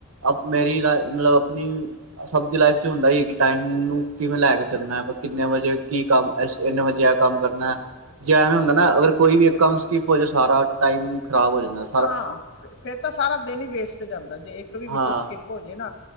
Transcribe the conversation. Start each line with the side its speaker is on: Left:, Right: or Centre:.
Right: ਅਪ ਮੇਰੀ ਲਾਏ ਮਲਬ ਅਪਨੀ ਸਬ ਦੀ ਲਾਈਫ ਚ ਹੁੰਦੈ ਈ ਐ ਕਿ ਟਾਈਮ ਨੂੰ, ਕਿਵੇਂ ਲੈ ਕੇ ਚੱਲਨੈ ਆਪਾ ਕਿੰਨੇ ਵਜੇ ਕੀ ਕੰਮ ਐਸ ਏਨੇ ਵਜੇ ਐ ਕੰਮ ਕਰਨੈ, ਜੇ ਐਂਵੇ ਹੁੰਦਾ ਨਾ ਅਗਰ ਕੋਈ ਵੀ ਏਕ ਕੰਮ ਸਿਕੀਪ ਹੋ ਜੇ ਸਾਰਾ ਟਾਈਮ ਖਰਾਬ ਹੋ ਜਾਂਦੈ।
Left: ਹਾਂ, ਫੇਰ ਤਾਂ ਸਾਰਾ ਦੇਨ ਈ ਵੇਸਟ ਜਾਂਦੈ ਜੇ ਏਕ ਵੀ
Right: ਹਾਂ
Left: ਵਿੱਚੋਂ ਸਿਕਿਪ ਹੋਜੇ ਨਾ,